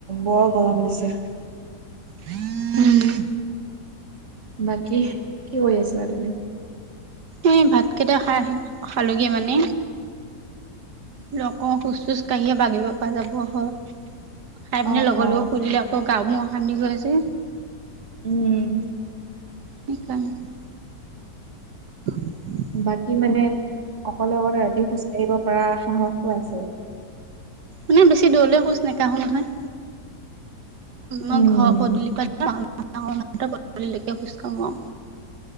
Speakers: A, on the right; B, on the right.
A: বৰ গৰম দিছে।
B: উম।
A: বাকী কি কৰি আছিলা তুমি?
B: এই ভাত কেইটা খাই খালোগে মানে লগৰ শোজ - চোজ কাঢ়িয়ে বাগিব পৰা যাব হয়। খাই পিনে
A: অ
B: লগে-লগে
A: অ
B: শুই দিলে আকৌ গা মো অশান্তি কৰে যে।
A: উম।
B: সেইকাৰণে। <unintelligible>
A: বাকী মানে অকলে - অকলে ৰাতি খোজ কঢ়িব পৰা সাহসো আছে।
B: মানে বেছি দূৰলে খোজ নেকাহো নহয়, মই
A: উম
B: ঘৰ পদূলি পাল <inaudible> পদূলি লৈকে‌ খোজ কাঢ়ো‌ আও।